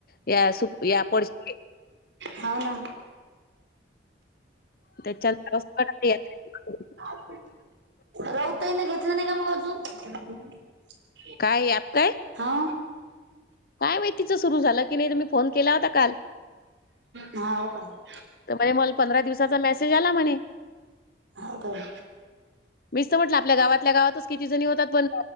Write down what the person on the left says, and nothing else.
याप या पडशी.
त्याच्यानं जावंच नाही वाटत त्या यात्रेत.
काय अँप काय?
काय माहित तीच सुरू झालं की नाही त मी फोन केला होता काल.
त बाई मल पंधरा दिवसाचा मेसेज आला म्हणे
मीच त म्हटलं आपल आपल्या गावातल्या गावातच किती जणी होत्यात पण